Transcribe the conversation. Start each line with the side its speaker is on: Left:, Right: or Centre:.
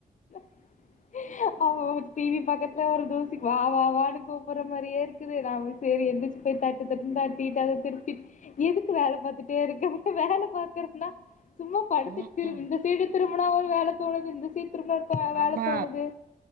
Left: <unintelligible> டிவி பக்கத்துல ஒரு தூசி வா வா வானு கூப்ற மாரியே இருக் இருக்குது நா சேரி எந்திரிச்சு போய் தட்டு தட்டுன்னு தட்டிட்டு அத திருப்பி எதுக்கு வேல பாத்துட்டே இருக்க வேல பாக்குறதுன்னா சும்மா படுத்து
Right: ம்
Left: திரும்
Right: ம்
Left: இந்த சைடு திரும்புனா ஒரு வேல தோணுது இந்த சைடு திரும்புனா வேல
Right: ஆமா
Left: தோணுது